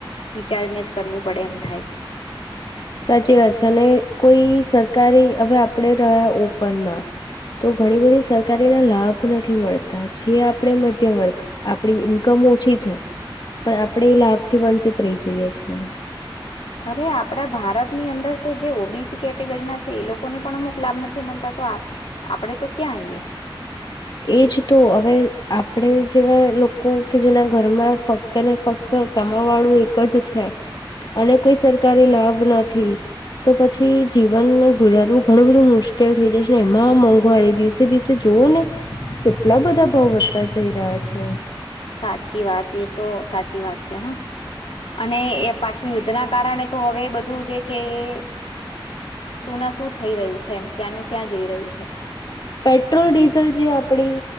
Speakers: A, on the left; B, on the left.
A: વિચારીને જ કરવું પડે એમ થાય.
B: સાચી વાત છે અને કોઈ સરકારી હવે આપણે રહ્યા ઓપનમાં તો ઘણી બધી સરકારીના લાભ નથી મળતા જે આપણે મધ્યમ વર્ગ આપણી ઇન્કમ ઓછી પણ આપણેે એ લાભ થી વંચિત રહી જઈએ છીએ.
A: અરે આપડા ભારતની અંદર તો જે ઓબીસી કેટેગરીના છે, એ લોકોને પણ અમુક લાભ નથી મળતા તો આપડે તો ક્યાં આઈયએ.
B: એજ તો હવે આપણેે જેવા લોકો લોકો કે જેના ઘરમાં ફક્ત ને ફક્ત કમા વાળું એક જ છે, અને કોઈ સરકારી લાભ નથી તો પછી જીવન ગુજારવું ઘણું બધું મુશ્કેલ થઈ જાય છે ને એમાં મોંઘવારી દિવસે દિવસે તે જોવાને કે એટલા બધા ભાવ વધતા જઈ રહ્યા છે.
A: સાચી વાત એ તો સાચી વાત છે હ અને એ પાછું યુદ્ધના કારણે તો હવે બધું જે છે એ શું ના શું થઈ રહ્યું છે એમ ક્યાંનું ક્યાં જઈ રહ્યું છે.
B: પેટ્રોલ ડીઝલ જે આપડી